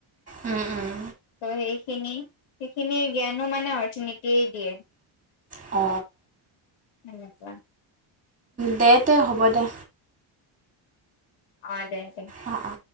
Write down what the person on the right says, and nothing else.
উম উম
অ
দে দে হ'ব দে।
অ অ